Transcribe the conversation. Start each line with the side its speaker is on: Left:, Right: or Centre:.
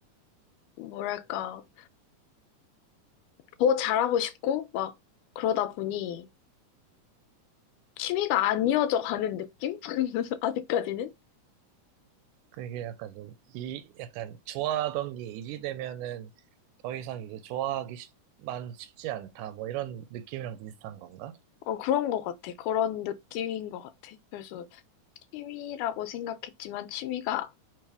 Left: 뭐랄까, 더 잘하고 싶고, 막, 그러다 보니, 취미가 안 이어져 가는 느낌? <laughs> 아직까지는?
Right: 그게 약간 좀, 이, 약간 좋아하던 게 이지되면은 더 이상 이제 좋아하기 쉽, 만 쉽지 않다. 뭐 이런 느낌이랑 비슷한 건가?
Left: 어, 그런 것 같아. 그런 느낌인 것 같아. 그래서 취미라고 생각했지만 취미가